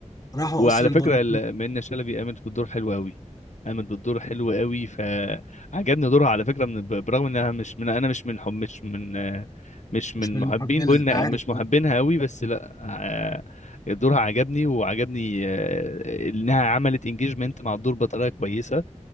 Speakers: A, on the left; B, on the left.
A: راحوا
B: وعلى
A: قصر البارون
B: فكره ال- منة شلبي قامت بالدور حلو قوي قامت بالدور حلو قوي فعجبني دورها على فكره من برغم انها مش من انا مش من حب مش من آه، مش
A: مش
B: من
A: من
B: محبين
A: محبنا
B: بقولنا
A: أنا عارف
B: مش محبينها
A: أه
B: قوي بس لا آه، دورها عجبني وعجبني آه، انها عملت انجيجمنت مع الدور بطريقه كويسه